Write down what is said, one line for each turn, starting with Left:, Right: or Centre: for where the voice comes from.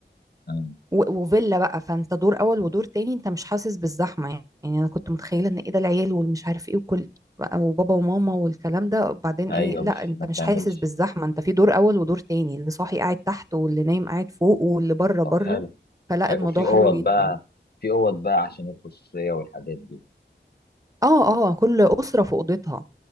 Left: مم.
Right: و- وفيلا بقى فانت دور اول ودور تاني انت مش حاسس بالزحمه يعني يعني انا كنت متخيله ان ايه ده العيال والمش عارف ايه وكل بقى وبابا وماما والكلام ده وبعدين
Left: أيوه
Right: ايه لا
Left: مش
Right: انت
Left: ما
Right: مش
Left: بتعملش
Right: حاسس بالزحمه انت في دور اول ودور تاني اللي صاحي قاعد تحت واللي نايم قاعد فوق واللي بره
Left: طب
Right: بره
Left: حلو
Right: فلا
Left: حلو
Right: الموضوع
Left: وفي أوض
Right: حلو جدا
Left: بقى في أوض بقى عشان الخصوصية والحاجات دي
Right: اه اه كل اسره في اوضتها